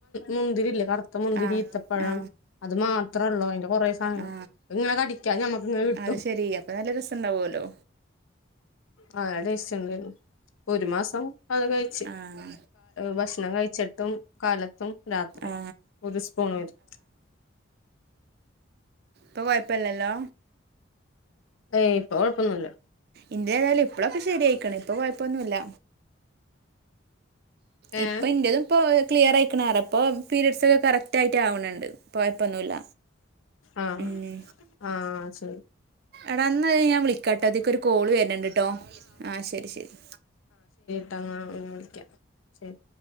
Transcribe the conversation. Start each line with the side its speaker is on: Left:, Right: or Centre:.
Left: മുന്തിരില്ലേ കർ ത്ത മുന്തിരീത്തപ്പഴം
Right: ആ ആ
Left: അത് മാത്രള്ളൂ അയ്ന്റെ കൊറേ സാധനങ്ങള്
Right: ആ
Left: അത്ങ്ങനെ കടിക്കാ ഞമ്മക്ക്ങ്ങനെ കിട്ട്
Right: അത് ശെരി അപ്പ നല്ല രസണ്ടാവോലോ
Left: ആ നല്ല ടെസ്റ്റ് ണ്ടായിര്ന്നു ഒര് മാസം അത് കഴ്ച്ച്.
Right: ആ
Left: ഭക്ഷണം കയ്ച്ച്ട്ടും കാലത്തും രാത്രി
Right: ആ
Left: ഒര് സ്പൂൺ വെരും.
Right: പ്പ കൊയപ്പല്ലല്ലോ
Left: ഏയ് ഇപ്പ കൊഴപ്പൊന്നുല്ല
Right: ഇന്റെതായാലും ഇപ്പളൊക്കെ ശെരയ്‌ക്ക്ണ്. ഇപ്പ കൊയപ്പൊന്നുല്ല.
Left: ഏഹ്
Right: ഇപ്പ ഇന്റതുപ്പോ ക്ലിയറായ്ക്ക്ണ് റയാ പ്പൊ പീരയഡ്സൊക്കെ കറക്റ്റ് റ്റായിട്ടാവ്ണ് ണ്ട് കൊയ്പ്പൊന്നൂല്ല
Left: ആഹ്
Right: മ്
Left: ആഹ് ശരി
Right: എടാ ന്നയ് ഞാൻ വിളിക്കാട്ടോ ദീക്കൊര് കോള് വര്ണ് ണ്ട്ട്ടോ ആഹ് ശെരി ശെരി
Left: ങ്ങളെ പിന്നെ വിളിക്കാം ശെരി